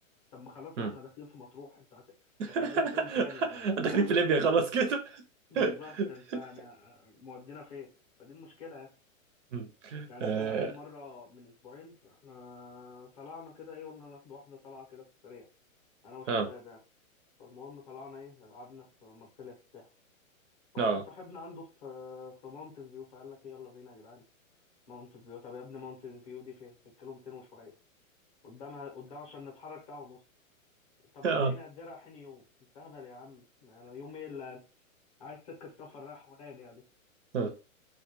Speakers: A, on the left; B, on the right.
A: طب ما خلاص
B: أمم.
A: ما احنا داخلين في مطروح انت هت-
B: <laughs>
A: هتبعدوا فين تاني يعني رايحين
B: داخلين في ليبيا
A: فين
B: خلاص كده
A: بالظبط
B: <laughs>
A: انت يعني آه، مودينا فين فدي المشكلة يعني.
B: مم.
A: يعني
B: اه
A: احنا اخر مره من اسبوعين احنا طلعنا كده ايه قلنا ناخد واحده طلعه كده في السريع انا والشباب
B: اه
A: يعني فالمهم طلعنا ايه قعدنا في مرسيليا في الساحل فواحد
B: اه
A: صاحبنا عنده في في ماونتن فيو فقال لك ايه يلا بينا يا جدعان ماونتن فيو طب يا ابني ماونتن فيو دي فين في الكيلو 200 وشويه قدامها قدام عشان نتحرك ساعه ونص طب
B: آه.
A: رايحين قد ايه رايحين يوم انت هبل يا عم يعني يوم ايه اللي عايز سكه سفر رايح وراجع دي
B: آه.